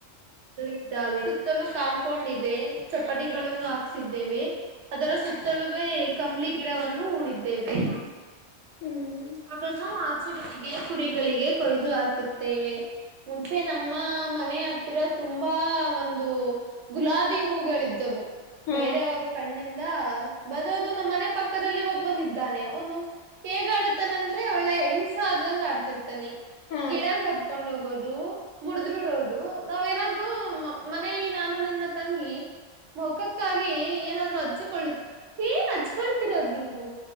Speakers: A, on the right; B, on the left.
A: ಇದ್ದಾವೆ ಸುತ್ತಲೂ ಕಾಂಪೌಂಡ್ ಇದೆ ಚಪಡಿಗಳನ್ನು ಹಾಕ್ಸಿದ್ದೇವೆ. ಅದರ ಸುತ್ತಲುವೇ ಕಂಬಳಿ ಗಿಡವನ್ನು ಉಣಿದ್ದೇವೆ.
B: ಹ್ಮ್
A: ಅದನ್ನು ಆಚುಗಳಿಗೆ ಕುರಿಗಳಿಗೆ ಕೊಯ್ದು ಹಾಕುತ್ತೇವೆ ಮುಂಚೆ ನಮ್ಮ ಮನೆ ರ ತುಂಬಾ ಒಂದು ಗುಲಾಬಿ ಹೂಗಳ ಇದಿದ್ದವು
B: ಹ್ಮ್
A: ಬೇರೆೆಯವರು ಕಣ್ಣಿಂದ ಬರೋದು ನಮ್ಮನೆ ಪಕ್ಕದಲ್ಲಿ ಒಬ್ಬನ ಇದ್ದಾನೆ ಅವನು ಹೇಗ ಆಡತಾನ ಅಂದ್ರೆ ಒಳ್ಳೆ ಹೆಂಗ್ಸ ಆದಂಗ ಆಡ್ತಿರ್ತಾನಿ
B: ಹ್ಮ್
A: ಗಿಡಾಂಗ ಕತ್ಕೊಂಡ್ ಹೋಗೋದು ಮುಡ್ದ್ ಬಿಡೋದು ನಾವ್ೇನಾದ್ೂ ಮನೇಲಿ ನಾನು ನನ್ನ ತಂಗಿ ಮುಖಕ್ಕೆ ಹಕ್ಕಾಗಿ ಏನಾದ್ರು ಹಚ್ಿಕೊಳ್ಳ ಏನ್ ಹಚ್ಕೊಳ್ತಿರೋದು ನೀವು